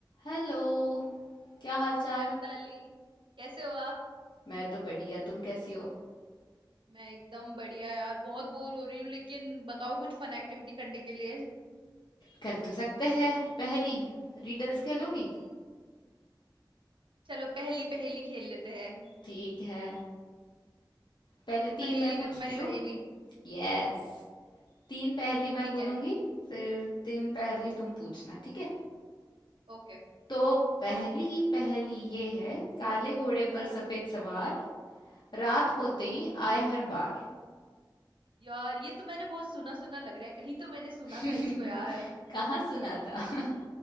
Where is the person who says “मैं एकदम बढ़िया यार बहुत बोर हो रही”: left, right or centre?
Right